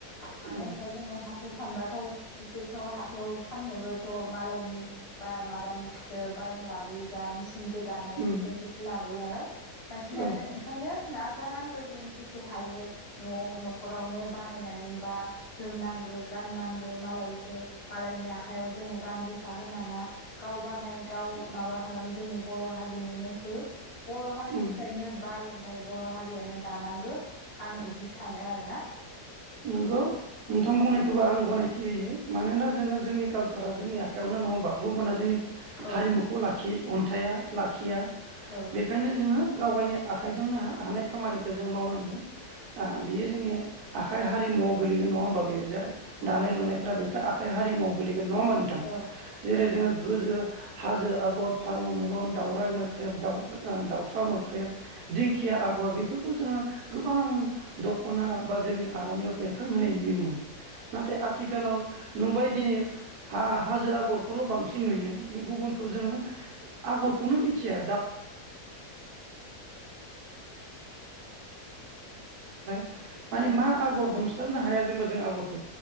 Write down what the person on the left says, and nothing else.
मानो
होनबा जोङो हा थायाव फानबाथाय इसोरथ' हाथायाव फाननोबोथ' मालायनि बा माबानिसो बायना लाबोयो जा मिसिन दो दानाय
इफोरखोसो लाबोयो नालाय बांसिनानो
ओंखायनो दा जानांगो जों जेसे हायो न'आव न'ख नखरावनो बानायनानै बा जोमनां गो गाननांगो मालयखो मालनि आ खायाव जोङो दां‌ दो फा होनाङा। गाव बानाय गाव माबा खालाम जोंनि बर' हारि बिनोनो हो बर' हारिनिफ्रायनो
बाय ओमफ्राय बर' हारियानो दानांगो आं इदि सानो आरो ना।
औ
औ
औ
औ
औ
औ औ।